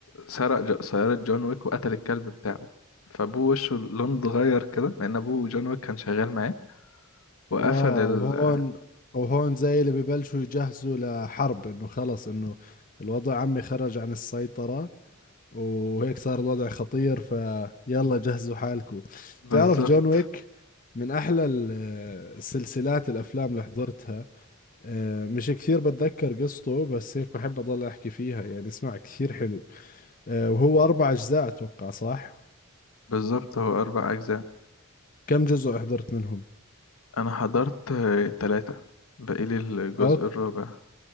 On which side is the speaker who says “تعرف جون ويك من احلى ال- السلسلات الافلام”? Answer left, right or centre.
Left